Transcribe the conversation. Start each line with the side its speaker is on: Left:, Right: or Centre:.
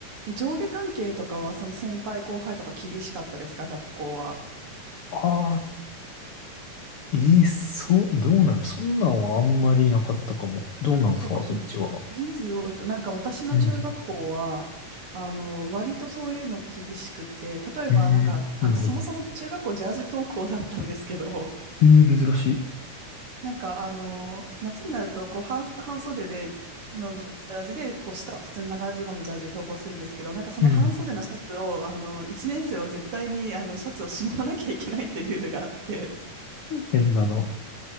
Right: え、上下関係とかはその先輩後輩とか厳しかったですか、学校は。
Left: ああ、ええそう、どうなのそんなんはあんまりなかったかも。どうなんすか、
Right: そうか、
Left: そっちは。
Right: に、人数多いと、なんか私の中学校は、
Left: うん。
Right: あの、割とそういうの厳しくて、例えば、
Left: ええはいはい。
Right: なんか、あの、そもそも中学校ジャージ登校だったんですけど、
Left: ええ珍しい。
Right: <laughs> なんか、あの、夏になると、こう、半、半袖で、のジャージで、こう、下は普通の長ズボンのジャージで登校するんですけど、なんかその半袖のシャツを、
Left: うん。
Right: あの、1年生は絶対に、あの、シャツをしまわなきゃいけないってルールがあって、
Left: え、そんなの。